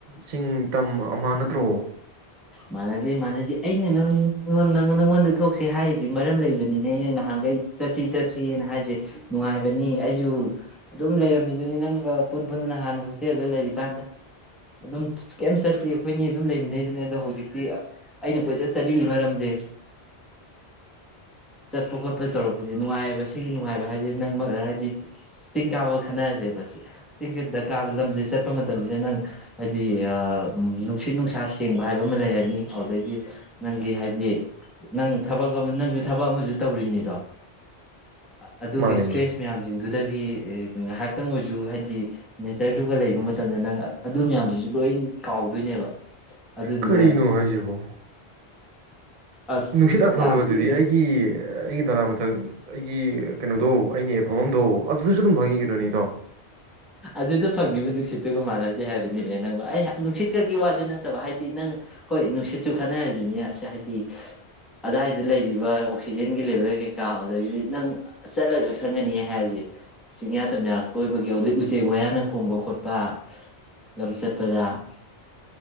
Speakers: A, on the right; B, in the centre.
A: ꯆꯤꯡ ꯇꯝ ꯑꯃꯍꯥ ꯅꯠꯇ꯭ꯔꯣ
B: ꯃꯥꯟꯅꯗꯦ-ꯃꯥꯟꯅꯗꯦ ꯑꯩꯅ ꯅꯪꯉꯣꯟ ꯅꯪ ꯅꯪꯉꯣꯟꯗ ꯊꯣꯛꯁꯤ ꯍꯥꯏꯔꯤꯁꯤ ꯃꯔꯝ ꯂꯩꯕꯅꯤꯅꯦ ꯑꯩꯅ ꯅꯍꯥꯟꯈꯩ ꯆꯠꯁꯤ ꯆꯠꯁꯤꯅ ꯍꯥꯏꯁꯦ ꯅꯨꯡꯉꯥꯏꯕꯅꯤ ꯑꯩꯁꯨ ꯑꯗꯨꯝ ꯂꯩꯔꯝꯃꯤꯗꯨꯅꯤ ꯅꯪꯒ ꯄꯨꯟ ꯄꯨꯟꯅ ꯅ ꯍꯥꯟꯅ ꯍꯣꯁꯇꯦꯜꯗ ꯂꯩꯔꯤꯀꯥꯟꯗ ꯑꯗꯨꯝ ꯀꯩꯝ ꯆꯠꯇꯦ ꯑꯩꯈꯣꯏꯅꯤ ꯑꯗꯨꯝ ꯂꯩꯃꯤꯟꯅꯩꯗꯨꯅꯤ ꯑꯗꯣ ꯍꯧꯖꯤꯛ ꯍꯧꯖꯤꯛꯇꯤ ꯑꯩꯅ ꯀꯣꯏꯆꯠ ꯆꯠꯂꯤ ꯃꯔꯝꯁꯦ ꯆꯠꯄ ꯈꯣꯠꯄ ꯇꯧꯔꯛꯄꯁꯦ ꯅꯨꯡꯉꯥꯏꯌꯦꯕ ꯁꯤꯒꯤ ꯅꯨꯡꯉꯥꯏꯕ ꯍꯥꯏꯗꯤ ꯅꯪ ꯍꯥꯏꯗꯤ ꯆꯤꯡ ꯀꯥꯕ ꯈꯟꯅꯔꯁꯦꯕ ꯆꯤꯡꯗ ꯀꯥꯕ ꯂꯝꯁꯦ ꯆꯠꯄ ꯃꯇꯝꯁꯤꯗ ꯅꯪ ꯍꯥꯏꯗꯤ ꯅꯨꯡꯁꯤꯠ ꯅꯨꯡꯁꯥ ꯁꯦꯡꯕ ꯍꯥꯏꯕ ꯑꯃ ꯂꯩꯔꯅꯤ ꯑꯗꯨꯗꯩꯒꯤ ꯅꯪꯒꯤ ꯍꯥꯏꯗꯤ ꯅꯪ ꯊꯕꯛ ꯑꯃ ꯅꯪꯁꯨ ꯊꯕꯛ ꯑꯃꯁꯨ ꯇꯧꯔꯤꯅꯤꯗꯣ ꯑꯗꯨꯒꯤ
A: ꯃꯥꯅꯦ
B: ꯏꯁꯇ꯭ꯔꯦꯁ
A: ꯃꯥꯅꯦ
B: ꯃꯌꯥꯝꯁꯤꯡ ꯑꯗꯨꯗꯒꯤ ꯉꯥꯏꯍꯥꯛꯇꯪ ꯑꯣꯏꯁꯨ ꯍꯥꯏꯗꯤ ꯅꯦꯆꯔꯗꯨꯒ ꯂꯩꯕ ꯃꯇꯝꯗ ꯅꯪ ꯑꯗꯨ ꯃꯌꯥꯝꯗꯨꯁꯨ ꯂꯣꯏ ꯀꯥꯎꯗꯣꯏꯅꯦꯕ ꯑꯗꯨꯗꯨꯒ
A: ꯀꯔꯤꯅꯣ ꯍꯥꯏꯁꯤꯕꯣ
B: ꯑꯁ
A: ꯅꯨꯡꯁꯤꯠ ꯑꯐꯕꯗꯨꯗꯤ
B: ꯌꯥꯝ ꯊꯤꯔꯦ
A: ꯑꯩꯒꯤ ꯑꯩꯒꯤ ꯅꯥ ꯃꯊꯛ ꯑꯩꯒꯤ ꯀꯩꯅꯣꯗꯣ ꯑꯅꯦꯐꯝꯕꯝꯗꯣ ꯑꯗꯨꯗꯁꯨ ꯑꯗꯨꯝ ꯐꯪꯉꯤꯅꯦ ꯏꯇꯣ
B: ꯑꯗꯨꯗ ꯐꯪꯉꯤꯕ ꯅꯨꯡꯁꯤꯠꯇꯨꯒ ꯃꯥꯟꯅꯗꯦ ꯍꯥꯏꯕꯅꯤꯅꯦ ꯅꯪꯕꯨ ꯑꯩꯅ ꯅꯨꯡꯁꯤꯠꯀꯛꯀꯤ ꯋꯥꯗꯨ ꯅꯠꯇꯕ ꯍꯥꯏꯗꯤ ꯅꯪ ꯍꯣꯏ ꯅꯨꯡꯁꯤꯠꯁꯨ ꯈꯟꯅꯔꯁꯤꯅꯦ ꯑꯁ ꯍꯥꯏꯗꯤ ꯑꯗꯥꯏꯗ ꯂꯩꯔꯤꯕ ꯑꯣꯛꯁꯤꯖꯦꯟꯒꯤ ꯂꯦꯚꯦꯜ ꯀꯩꯀꯥ ꯑꯗꯨꯗꯒꯤꯗꯤ ꯅꯪ ꯆꯠꯂꯒ ꯈꯪꯒꯅꯤ ꯍꯥꯏꯔꯁꯦ ꯆꯤꯡꯌꯥ ꯇꯝꯌꯥ ꯀꯣꯏꯕꯒꯤ ꯎꯆꯦꯛ ꯋꯥꯌꯥꯅ ꯈꯣꯡꯕ ꯈꯣꯠꯄ ꯂꯝ ꯆꯠꯄꯗ